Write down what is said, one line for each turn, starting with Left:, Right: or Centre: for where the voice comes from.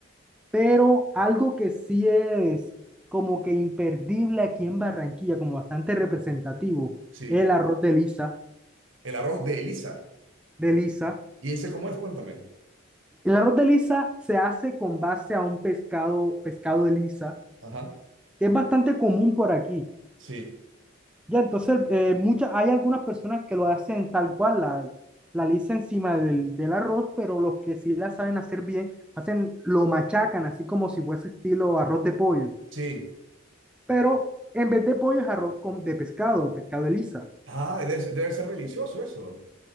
Centre: Pero algo que sí es como que imperdible aquí en Barranquilla, como bastante representativo,
Right: sí.
Centre: es el arroz de lisa,
Right: El arroz de Elisa.
Centre: de lisa.
Right: ¿Y ese cómo es? Cuéntame.
Centre: El arroz de lisa se hace con base a un pescado, pescado de lisa,
Right: Ajá,
Centre: que es bastante común por aquí.
Right: sí,
Centre: Ya, entonces eh, muchas, hay algunas personas que lo hacen tal cual, la, la lisa encima del, del arroz, pero los que sí la saben hacer bien, hacen, lo machacan así como si fuese estilo arroz de pollo.
Right: sí.
Centre: Pero en vez de pollo es arroz con, de pescado, pescado de lisa.
Right: Ah, debe, ser debe ser delicioso eso.